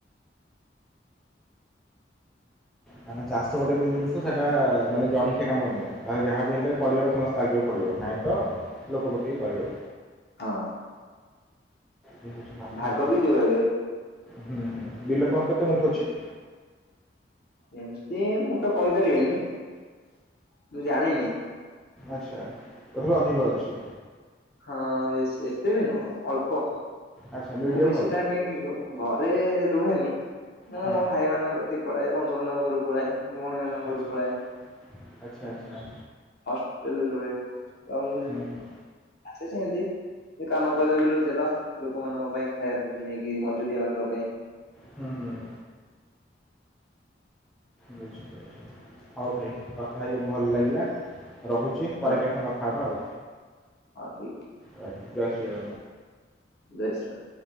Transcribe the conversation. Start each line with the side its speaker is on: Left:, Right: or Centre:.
Centre: କାରଣ ଚାଷ ଗୋଟେ ଏମିତି ଜିନିଷ ସେଇଟା ମାନେ ଜଣିକିଆ କାମ ନୁହେଁ ତା ଯାହା ବି ହେଲେ ପରିବାର ସମସ୍ତେ ଲାଗିବାକୁ ପଡ଼ିବ। ତ ଲୋକ ପକେଇ କରିବ।
Left: ହଁ
Centre: ଏ ହଉଛି କଥା
Left: ଭାଗ
Centre: ଆଉ
Left: ବି ଦିଆ ହୁଏ।
Centre: ହୁଁ ହୁଁ ବିଲ ତମର କେତେ ଗୁଣ୍ଠ ଅଛି?
Left: ଏମିତି ମୁଁ ତ କହିପାରିବିନି ମୁଁ ଜାଣିନି।
Centre: ଆଚ୍ଛା ଅଧିକ ଅଛି।
Left: ହଁ ଏତେ ବି ନୁହଁ ଅଳ୍ପ
Centre: ଆଚ୍ଛା ମିଡ଼ିୟମ୍
Left: ମୁଁ ବେଶୀ
Centre: ଆଉ
Left: ଟାଇମ ଘରେ ରୁହେନି ମୁଁ
Centre: ହଁ
Left: ମୋ ଭାଇମାନଙ୍କ କତିକି ପଳାଏ ବନ୍ଧୁ ବାନ୍ଧବ ଘରୁକୁ ପଳାଏ। ଭଉଣୀ ମାନଙ୍କ
Centre: ଆଚ୍ଛା
Left: ଘରୁ ପଳାଏ
Centre: ଆଚ୍ଛା। ଆଚ୍ଛା ଆଚ୍ଛା
Left: ହସ୍ଟେଲରେ ରୁହେ ତ ମୁଁ
Centre: ହୁଁ
Left: ଆସେ
Centre: ହୁଁ
Left: ସେମିତି। ସେ କାମ ପଇିଲା ବିଲୁକୁ ଚାଲ ଲୋକମାନଙ୍କ ପାଇଁ ଖାଇବାକୁ ନେଇକି ମଜୁରିଆ ମାନଙ୍କ ପାଇଁ।
Centre: ହୁଁ ହୁଁ ବୁଝ ବଝ ହଉ ଭାଇ କଥା
Left: ହଉ
Centre: ହେଇ ବହୁତ୍ ଭଲ ଲାଗିଲା ରହୁଛି
Left: ହଁ
Centre: ପରେ
Left: ଠିକ
Centre: କେବେ ସମ କଥା ହେବା ଆଉ।
Left: ହଁ ଠିକ
Centre: ଆ <unintelligible> ସେ
Left: ଜୟ ଶ୍ରୀ ରାମ।